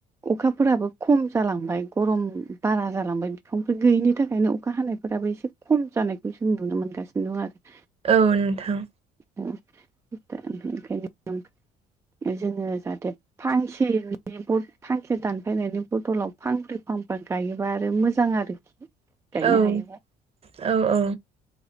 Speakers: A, on the right; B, on the right.
A: अखाफोराबो खम जालांबाय गरम बारा जालांबाय बिफांफोर गैयिनि थाखायनो अखा हानाय फोराबो एसे खम जानायखौ जों नुनो मोनगासिनो दं आरो
B: औ नोंथां
A: औाय <inaudible> जोङो जाहाथे फांसेनि थांखे दानफैनायनि बथलाव फांब्रै फांफा गायोबा आरो मोजां आरोखि गायनो
B: औ
A: हायोबा
B: औ औ